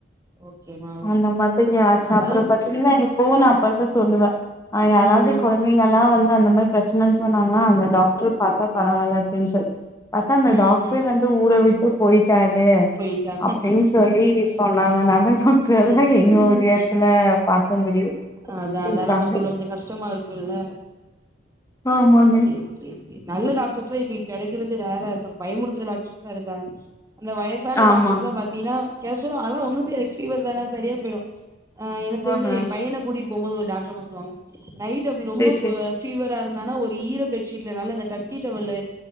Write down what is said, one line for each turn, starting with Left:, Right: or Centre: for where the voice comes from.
Right: ஓகேமா ஓகே
Left: அந்த மாதிரி ஆச்சு
Right: அதனால
Left: அப்புற பாத்தீங்கினா போன்னு அப்பாட்ட சொல்லுவே ஆ
Right: ம்
Left: யாராவ்து குழந்
Right: ம்
Left: தைங்கல்லா வந்து அந்த மார் ப்ரெச்னன் சொன்னாங்கன்னா அந்த டாக்டரு பாத்தா பரவால அப்டின் சொல் பத்தா அந்த டாக்டர்
Right: ம்
Left: வந்து ஊர விட்டு போயிட்டாரு
Right: போயிட்டா
Left: அப்டின் சொல்லி சொன்னாங்க அத்னால்தா டாக்ட்ரு <unintelligible>
Right: ம்
Left: இங்க ஒரு எட்த்துல பாக்க முடியு
Right: அதா அதா
Left: இருக்காங்க
Right: நமக்கு இது கொஞ்ச கஷ்டமா இருக்குல்ல
Left: ஆமாங்
Right: சேர் சேரி நல்ல டாக்டர்ஸ்ல்லா இப்ப கெடைக்கிறது ரேரா இருக்காங் பயமுருத்துற டாக்டர்ஸ்தா இருக்காங்க அந்த வயசான
Left: ஆமாங்க
Right: டாக்டர்ஸ்லா பாத்தீங்ன்னா கேஷ்வலா அதெல்ல ஒண்ணு செரிக் ஃபீவர் தான செரியா போய்டு ஆ எனக் தெரிஞ்சு
Left: ஆஹ
Right: எ பையன கூட்டிட்டு போம்போது ஒரு டாக்ட்ரம்மா சொல்லுவாங்க நைட் அப்டி ரொம்ப
Left: சேரி சேரி
Right: அ ஃபீவரா இருந்தானா ஒரு ஈர பெட்ஷீட்ல நல்லா அந்த டர்க்கி டவல்ல